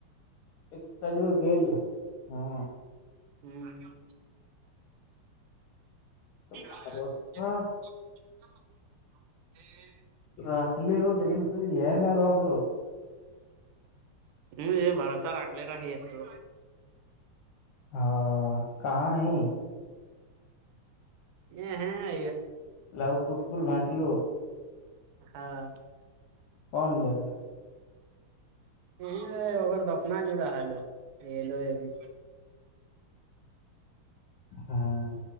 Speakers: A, on the left; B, on the right.
A: ایکٹ جور گل ہاں
B: ہوں <unintelligible>
A: تو بھروسہ رکھ لی ہو لیکن سر یہ نہ رولو
B: ہ یہ بھرسا رکھلی را ہی تو
A: ہاں کہاں ہی
B: یہ ہاں آ
A: لاگ کٹ کل بھٹ لو
B: ہاں
A: کون جگہ
B: ا اگر دفنا جو رہا ح لو یہ لو بھی
A: ہاں